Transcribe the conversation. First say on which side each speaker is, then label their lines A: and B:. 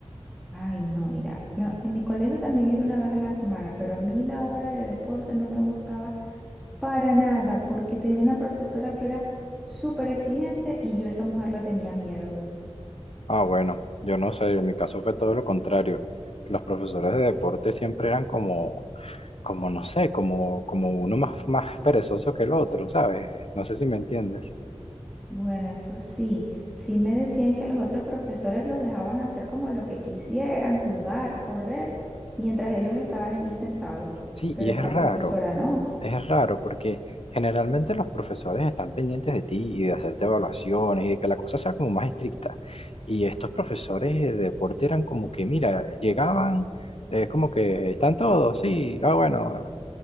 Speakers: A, in the centre; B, on the left.
A: Ay, no, mira, la- en mi colegio también era una vez a la semana, pero a mí la hora de deporte no me gustaba para nada, porque tenía una profesora que era súper exigente y yo a esa mujer la tenía miedo.
B: Ah, bueno, yo no sé, en mi caso fue todo lo contrario. Los profesores de deporte siempre eran como... como no sé, como, como uno más, más perezoso que el otro, ¿sabes? No sé si me entiendes.
A: Bueno, eso sí, sí me decían que los otros profesores los dejaban hacer como lo que quisieran, jugar, correr, mientras ellos estaban allí sentados,
B: Sí,
A: pero
B: y
A: esta
B: es raro,
A: profesora no.
B: es raro porque generalmente los profesores están pendientes de ti y de hacerte evaluaciones y de que la cosa sea como más estricta. Y estos profesores de deporte eran como que, mira, llegaban, eh, como que están todos, sí, ah, bueno,